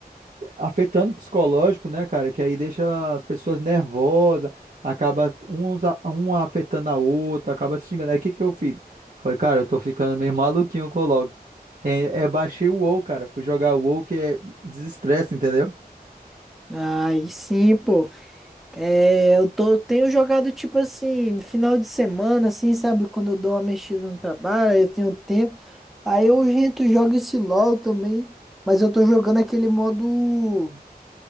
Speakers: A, on the right; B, in the centre.
A: afetando o psicológico, né, cara? Que aí deixa as pessoas nervosas, acaba um, um afetando a outra, acaba se xingando. Aí o que que eu fiz? Foi, cara, eu tô ficando meio maluquinho com o LoL. É, é, baixei o WoW, cara. Fui jogar o WoW que é desestresse, entendeu?
B: Aí sim, pô. É, eu tô, tenho jogado tipo assim, no final de semana, assim, sabe? Quando eu dou uma mexida no trabalho, aí eu tenho tempo. Aí eu, gente, jogo esse LoL também, mas eu tô jogando aquele modo.